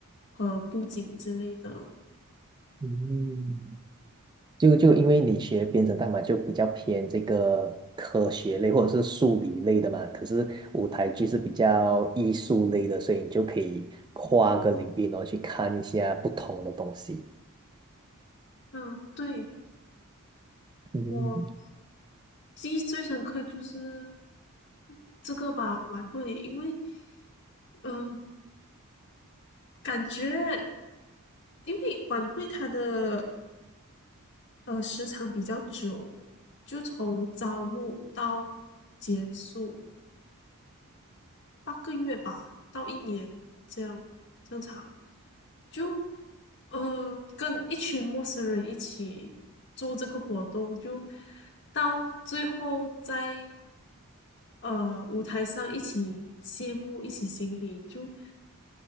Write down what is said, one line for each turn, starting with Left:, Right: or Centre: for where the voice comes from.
Left: 和布景之类的。
Right: 嗯，就就因为你学编程代码就比较偏这个科学类或者是数理类的嘛，可是舞台剧是比较艺术类的，所以你就可以跨个领域，然后去看一下不同的东西。
Left: 嗯，对，
Right: 嗯，
Left: 我记忆最深刻就是这个吧，晚会，因为嗯、呃感觉因为晚会它的呃，时长比较久，就从招募到结束八个月吧，到一年这样这样长，就呃跟一群陌生人一起做这个活动，就到最后在呃舞台上一起谢幕，一起行礼，就。